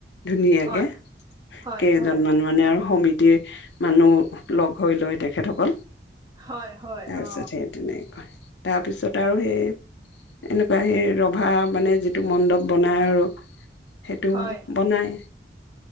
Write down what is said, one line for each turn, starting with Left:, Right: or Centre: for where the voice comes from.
Left: ধুনীয়া
Right: হয়
Left: <unintelligible>
Right: হয়
Left: কেইজনমান
Right: হয়
Left: মানে আৰু সমিতিয়ে মানুহ লগ হৈ লয় তেখেতসকল।
Right: হয়, হয়
Left: তাৰপিছত
Right: অ'।
Left: সেই তেনেকৈ তাৰপিছত আৰু সেই এনেকুৱা সেই ৰভা মানে যিটো মণ্ডপ বনাই আৰু। সেইটো
Right: হয়
Left: বনাই।